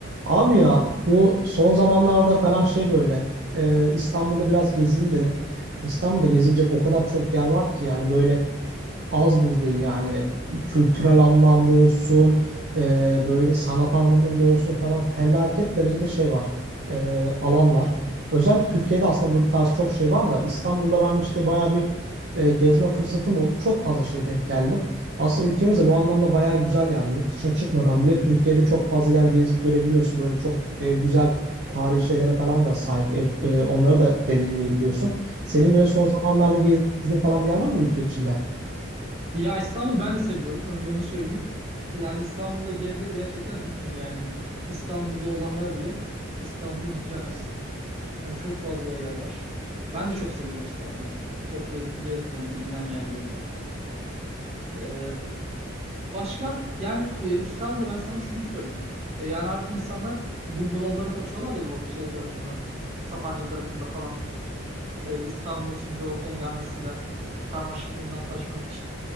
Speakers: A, on the right (about 55°); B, on the right (about 30°).
A: Abi ya bu son zamanlarda falan şey böyle e, İstanbul'da biraz gezeyim dedim. İstanbul'da gezilecek o kadar çok yer var ki yani böyle az buz değil yani kültürel anlamda olsun e, böyle sanat anlamında olsun falan felaket derecede şey var e, alan var. Özellikle Türkiye'de aslında bu tarz çok şey var da İstanbul'da ben işte bayağı bir e, gezme fırsatım oldu. Çok fazla şeye denk geldim. Aslında ülkemiz de bu anlamda bayağı güzel yani. Yurt dışına çıkmadan bile Türkiye'de çok fazla yer gezip görebiliyorsun. Böyle çok e, güzel tarihi şeylere falan da sahip. Ev- e, onları da deneyimleyebiliyorsun. Senin
B: Evet.
A: böyle son zamanlarda gezdiğin falan bir yer var mı ülke içinde?
B: Ya İstanbul ben de seviyorum. Önce onu söyleyeyim. Yani İstanbul'da gez gez gerçekten bitmiyor yani. İstanbullu olanlar bile İstanbul'u bitiremez. Hani çok fazla yer var. Ben de çok seviyorum İstanbul'u yani. Çok yerini gezdim hani bilinen yerlerini. Ee, başka yani e, İstanbul'da ben sana şunu sorayım. E, yani artık insanlar bungalovlara kaçıyorlar ya bu şey tarafında. Sapanca tarafında falan. E, İstanbul'un çünkü o hengamesinden, karmaşıklığından kaçmak için.